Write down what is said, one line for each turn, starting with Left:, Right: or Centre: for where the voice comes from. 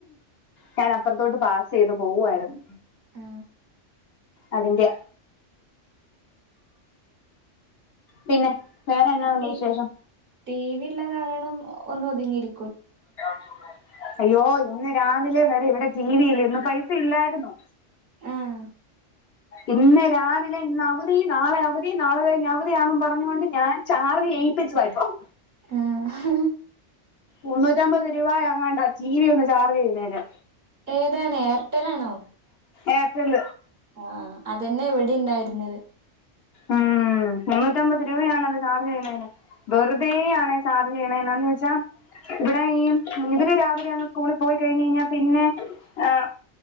Left: ഞാൻ അപ്പറത്തോട്ട് പാസ് ചെയ്ത് പോവായ്രുന്നു.
Right: ആ
Left: അതിന്റെയാ പിന്നെ, വേറെ എന്നാ ഉണ്ട്
Right: ടി
Left: വിശേഷം?
Right: ടി വി ഉള്ള കാരണം ഒന്ന് ഒത്ങ്ങിയിരി
Left: <inaudible> അയ്യോ ഇന്ന് രാവിലെ വെരെ ഇവിടെ ടിവിയില്ലെയ്ര്ന്നു ഇന്നു പൈസ ഇല്ലായിരുന്നു.
Right: ആഹ്
Left: ഇന്ന് രാവിലെ ഇന്ന് അവധി നാളെ അവധി നാളെ കഴിഞ്ഞ് അവധിയാന്നും പറഞ്ഞ് കൊണ്ട് ഞാൻ ചാർജ് ചെയ്യിപ്പിച്ചുതാ ഇപ്പം.
Right: ഏഹ്...
Left: മുന്നൂറ്റി അമ്പത് രൂപ എങ്ങാണ്ടാ ടി വി ഒന്ന് ചാർജ് ചെയ്യ്ന്നെയ്ന്
Right: ഏതാണ് ഏർടെൽ ആണോ?
Left: ഏർടെൽ
Right: ആഹ് അതെന്നെ ഇവിടേം ഇണ്ടായിര്ന്നെത്
Left: ഉം ഉം മുന്നൂറ്റി അമ്പത് രൂപയാണ് അത് ചാർജ് ചെയ്യ്ണെയ്ന് വെറുതെ ആണ് അയ് ചാർജ് ചെയ്യ്ണെ എന്താന്ന് ചോയിച്ചാ ഇവിടെയും ഈ ഇവെര് രാവിലെ അങ്ങ് സ്കൂളി പോയി കഴിഞ്ഞെയ്ഞ്ഞാ പിന്നെ ഏഹ്